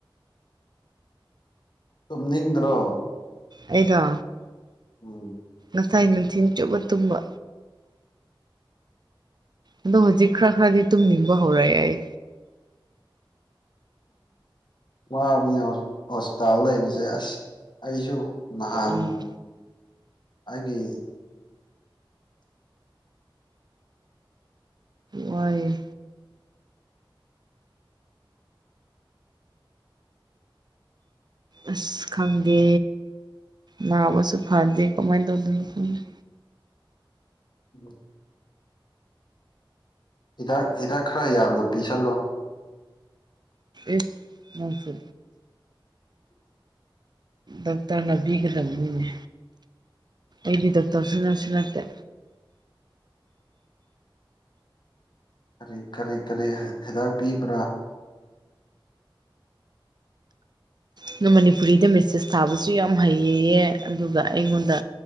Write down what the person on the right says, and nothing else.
ꯑꯩꯗꯣ
ꯉꯁꯥꯏ ꯅꯨꯡꯊꯤꯟ ꯆꯨꯞꯕ ꯇꯨꯝꯕ ꯑꯗꯣ ꯍꯧꯖꯤꯛ ꯈꯔ ꯈꯔꯗꯤ ꯇꯨꯝ ꯅꯤꯡꯕ ꯍꯧꯔꯛꯑꯦ ꯑꯩ
ꯎꯝ
ꯋꯥꯏꯌꯦ ꯑꯁ ꯈꯪꯗꯦ ꯅꯥꯕꯁꯨ ꯐꯗꯦ ꯀꯃꯥꯏꯅ ꯇꯧꯗꯣꯏꯅꯣ ꯈꯪꯗꯦ
ꯏꯁ ꯃꯁꯤ ꯗꯣꯛꯇꯔꯅꯥ ꯄꯤꯒꯗꯕꯅꯤꯅꯦ ꯑꯩꯗꯤ ꯗꯣꯛꯇꯔꯁꯨ ꯅꯠꯁꯨ ꯅꯠꯇꯦ
ꯑꯗꯨ ꯃꯅꯤꯄꯨꯔꯤꯗ ꯃꯦꯁꯦꯁ ꯊꯥꯕꯁꯨ ꯌꯥꯝ ꯍꯩꯌꯦꯌꯦ ꯑꯗꯨꯒ ꯑꯩꯉꯣꯟꯗ